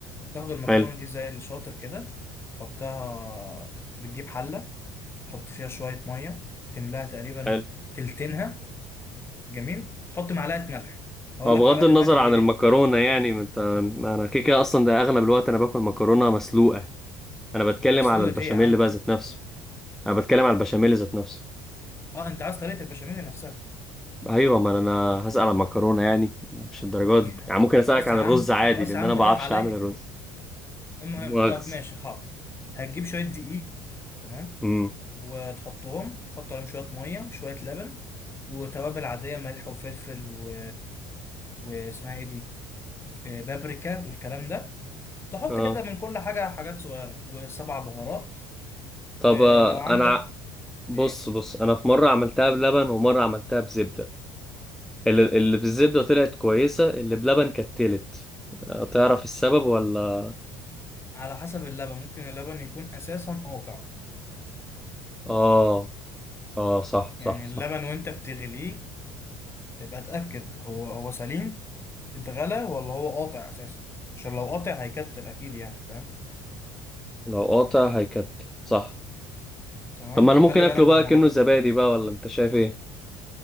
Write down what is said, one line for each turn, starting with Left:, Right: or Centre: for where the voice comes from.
Left: تاخد المكرونه
Centre: حلو
Left: دي زي الشاطر كده تحطها بتجيب حله تحط فيها شوية مية تملاها تقريبا
Centre: حلو
Left: تلتينها جميل تحط معلقة ملح هقول
Centre: هو
Left: لك
Centre: بغض
Left: معلقة
Centre: النظر
Left: الملح
Centre: عن
Left: دي ليه
Centre: المكرونة يعني ما انت ما انا كده كده اصلا ده اغلب الوقت انا باكل مكرونة مسلوقة انا بتكلم
Left: مسلوقة
Centre: على البشاميل
Left: ايه يا عم
Centre: بقى ذات نفسه انا بتكلم على البشاميل ذات نفسه
Left: اه انت عايز طريقة البشاميل نفسها
Centre: ايوه ما انا هسأل عن المكرونة يعني يعني مش الدرجة
Left: <laughs>
Centre: دي يعني ممكن اسألك
Left: خلاص
Centre: عن
Left: يا
Centre: الرز
Left: عم
Centre: عادي
Left: خلاص
Centre: لان
Left: يا عم
Centre: انا
Left: بالراحة
Centre: ما بعرفش
Left: عليا
Centre: اعمل الرز
Left: المهم
Centre: مؤاخذة
Left: طب ماشي حاضر هتجيب شوية دقيق تمام
Centre: امم
Left: وتحطهم تحط عليهم شوية مية شوية لبن وتوابل عادية ملح وفلفل و... واسمها ايه دي آه، بابريكا والكلام ده تحط
Centre: اه
Left: كده من كل حاجة حاجات صغيرة والسبع بهارات
Centre: طب
Left: ولو
Centre: آه،
Left: عندك
Centre: انا ع- بص
Left: ايه
Centre: بص انا في مرة عملتها بلبن ومرة عملتها بزبدة اللي, اللي بالزبدة طلعت كويسة اللي بلبن كانت تلت آه، تعرف السبب ولا
Left: على حسب اللبن ممكن اللبن يكون اساسا قاطع
Centre: اه اه صح
Left: يعني
Centre: صح صح
Left: اللبن وانت بتغليه ابقى اتاكد هو هو سليم اتغلى ولا هو قاطع اساسا عشان لو قاطع هيكتل اكيد يعني فاهم
Centre: لو قاطع هيكت صح
Left: تمام
Centre: طب ما
Left: فخلي
Centre: انا ممكن اكله
Left: بالك
Centre: بقى
Left: من الموضوع
Centre: كأنه
Left: ده
Centre: زبادي بقى ولا انت شايف ايه